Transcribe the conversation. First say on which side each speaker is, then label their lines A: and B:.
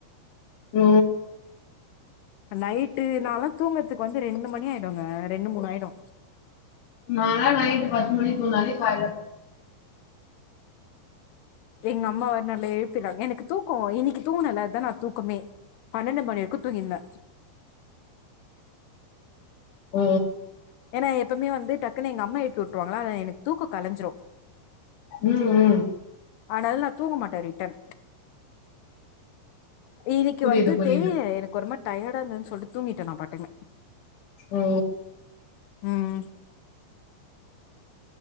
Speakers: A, on the left (about 50°); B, on the left (about 70°).
A: ஓ
B: நைட்டு நாலா தூங்கற்துக்கு வந்து ரெண்டு மணி ஆய்டுங்க ரெண்டு மூணாய்டு
A: நாலா நைட்டு பத்து மணிக் தூங்னாலே கால்ல
B: எங் அம்மா வர்னாலே எழுப்பிட்றாங் எனக்கு தூக்கோ இன்னிக்கி தூங்குனல அதா நா தூக்கமே பணண்டு மணி வர்க்கு தூங்கிர்ந்த
A: ஓ
B: ஏனா எப்பமே வந்து டக்குனு எங்க அம்மா எழுப்பி உட்ருவாங்ளா ஆனா எனக் தூக்கோ கலஞ்சுரு
A: ம் ம்
B: அனால் நா தூங்க மாட்ட ரிட்டன் இன்னிக்கி
A: புரியுது
B: வந்து
A: புரியுது
B: தெரில எனக்கு ஒரு மாரி டயர்டா இருந்துதுன் சொல்ட்டு தூங்கிட்ட நா பாட்டுக்னு
A: ஓ
B: ம்